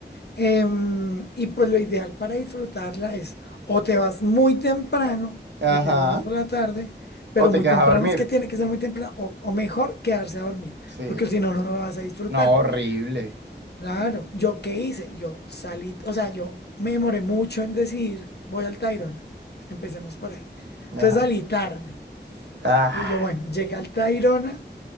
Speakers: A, on the left; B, on the right.
A: Em, y pues lo ideal para disfrutarla es o te vas muy temprano
B: Ajá.
A: y te vuelves por la tarde,
B: ¿O
A: pero
B: te
A: muy
B: quedas
A: temprano
B: a dormir?
A: es que tiene que ser muy temprano, o, o mejor quedarse a dormir,
B: Sí.
A: porque si no, no lo vas a disfrutar.
B: No, horrible.
A: Claro, ¿yo qué hice? Yo salí, o sea, yo me demoré mucho en decidir, voy al Tayrona, empecemos por ahí.
B: Ajá.
A: Entonces salí tarde
B: Ah,
A: y yo, bueno, llegué al Tayrona